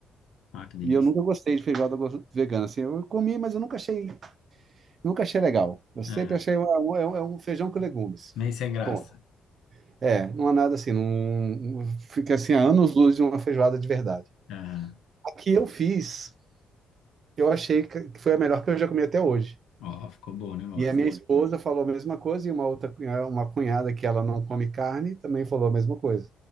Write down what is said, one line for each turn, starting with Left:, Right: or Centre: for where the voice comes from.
Left: Ah, que delícia.
Right: e eu nunca gostei de feijoada go- vegana. Assim, eu comi, mas eu nunca achei, nunca achei legal. Eu sempre
Left: Ah,
Right: achei um, um- é um, é um feijão com legumes.
Left: nem sem graça.
Right: Ponto. É, não é nada assim, não fica assim a anos luz de uma feijoada de verdade.
Left: Ah,
Right: A que eu fiz, eu achei que que foi a melhor que eu já comi até hoje.
Left: ó, ficou bom o negócio.
Right: E a minha esposa falou a mesma coisa, e uma outra, cunha- uma cunhada que ela não come carne também falou a mesma coisa.